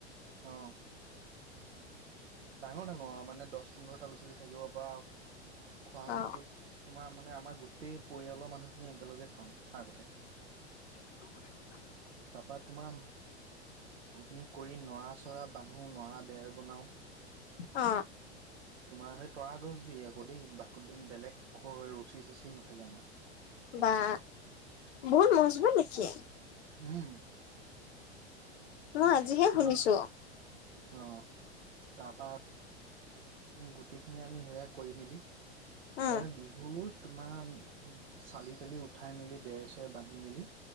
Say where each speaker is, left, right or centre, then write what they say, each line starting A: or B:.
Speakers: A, on the right; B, on the left.
A: অ ডাঙৰ ডাঙৰ আহ মানে দহ পোন্ধৰটা লৰা ছোৱালী থাকিব পৰা খোৱা
B: অ
A: ৰুমটোত তোমাৰ মানে আমাৰ গোটেই পৰিয়ালৰ মানুহখিনি একেলগে খাওঁ আ আগতে
B: <inaudible>
A: বা তোমাৰ সেইখিনি কৰি নৰা চৰা বান্ধো নৰা বেৰ বনাও
B: অ
A: তোমাৰ সেই তৰা গছ দিয়ে আকৌ দেই বাকলি বেলেগ ৰচী চচি নাথাকে আমাৰ
B: বা বহুত মজবুত নেকি
A: উম
B: মই আজিহে
A: তোমাৰ
B: শুনিছো
A: অ তাৰপা গোটেইখিনি আমি সেয়া কৰি মেলি
B: উম
A: তাৰমানে বিহুৰ তোমাৰ চালি তালি উঠাই মেলি বেৰ চেৰ বান্ধি মেলি